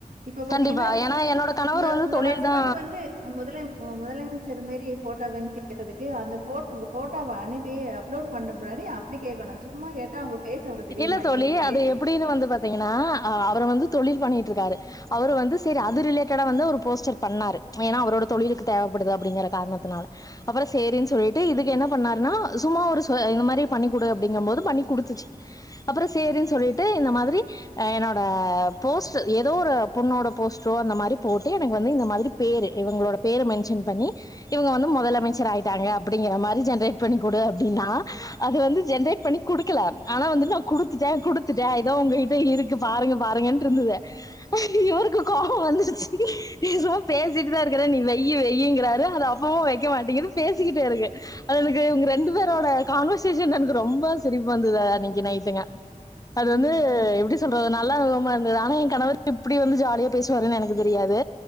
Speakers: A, on the right; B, on the left.
A: இப்ப பாத்தீங்கன்னா
B: கண்டிப்பா ஏன்னா என்னோட கணவர்
A: உங்க
B: வந்து
A: உங்க
B: தொழில்
A: ஹஸ்பண்ட்
B: தா
A: வந்து முதல உ முதலமைச்சர் மாரி போட்டா கேட்டதுக்கு அந்த உங்க போடடோை அனுப்பி அப்லோட் பண்ண ப முன்னாடி அப்படி கேட்கணும் சும்மா கேட்டா அவங்க ஃபேஸ் அவ்வளவு தெரியுமா
B: இல்ல தோழி
A: ஏஐக்கு?
B: அது எப்படின்னு வந்து பாத்தீங்கன்னா அவரை வந்து தொழில் பண்ணிட்டு இருக்க அவர் வந்து சரி அது ரிலேட்டா வந்து போஸ்டர் பண்ணார் ஏா அவரோட தொழிலுக்கு தேவைப்படுது அப்படிங்கிற காரணத்தினால அப்புறம் சேரின்னு சொல்லிட்டு இதுக்கு என்ன பண்ணாருன்னா சும்மா ஒரு இந்த மாதிரி பண்ணி கொடு அப்படிங்கும் போது பண்ணி கொடுத்துச்சு அப்புறம் சரின்னு சொல்லிட்டு இந்த மாதிரி என்னோட போஸ்டர் ஏதோ ஒரு பொண்ணோட போஸ்டரோ அந்த மாதிரி போட்டு எனக்கு வந்து இந்த மாதிரி பேரு இவங்களோட பேரு மென்ஷன் பண்ணி இவங்க வந்து முதலமைச்சர் ஆயிட்டாங்க அப்படிங்கிற மாதிரி ஜென்ரேட் பண்ணி கொடு அப்படின்னா அது வந்து ஜென்ரேட் பண்ணி குடுக்கல ஆனா வந்துட்டு நான் குடுத்துட்டேன் குடுத்துட்டேன் இததான் உங்ககிட்ட இருக்கு பாருங்க பாருங்கன்ன இருந்தது இவருக்கு கோபம் வந்துச்சு ரமா பேசிட்டு தான் இருக்கிறேன் நீ வெய வெயங்கிறாரு அது அப்பமா வைக்க மாட்டீங்கன்னு பேசிக்கிட்டே இருக்க அது எனக்கு உங்க ரெண்டு பேரோட கான்வர்சேஷன் எனக்கு ரொம்ப சிரிப்பா வந்தது இன்னைக்கு நைட்டுங்க அது
A: ம்.
B: வந்து எப்படி சொல்றதுனா ஆனா என் கணவர் இப்படி வந்து ஜாலியா பேசுவாரு எனக்கு தெரியாது